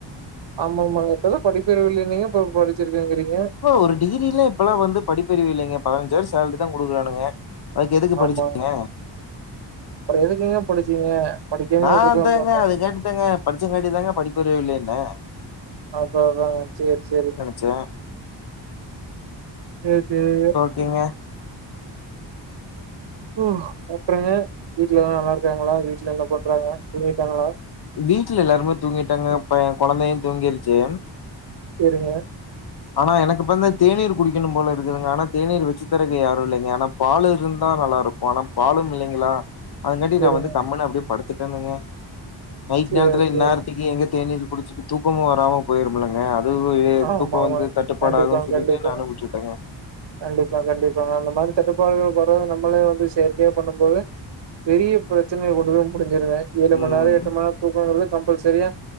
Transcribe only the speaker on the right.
ஆமா ஆமா இப்பதாங்க படிப்பறிவு இல்ல நீங்க இப்ப படிச்சிருக்கங்கிறீங்க
ஆமா
அப்றோ எதுக்குங்க படிச்சீங்க படிக்காமே
விட்ருக்கலாம்ல
அதா அதாங்க செர் செரி
செர் செரிங்க
ம் அப்றோங்க வீட்ல எல்லா நல்லாயிருக்காங்ளா வீட்ல என்ன பண்றாங்க தூங்கிட்டாங்ளா
செரிங்க
சேரிங்க
சேரி
சேரி
ஆமாம்மா
கண்டிப்பாங்
கண்டிப்பாங்க
கண்டிப்பா கண்டிப்பாங்க அந்த மாரி தட்டுப்பாடுகள் வரது நம்மளே வந்து செயற்கையா பண்ணும்போது பெரிய பிரச்சனைல கொண்டு போய் முடிஞ்சிருங்க ஏழு
மண்நேரோ எட்டு மண்நேரோ தூக்கங்கறது கம்பல் சரியா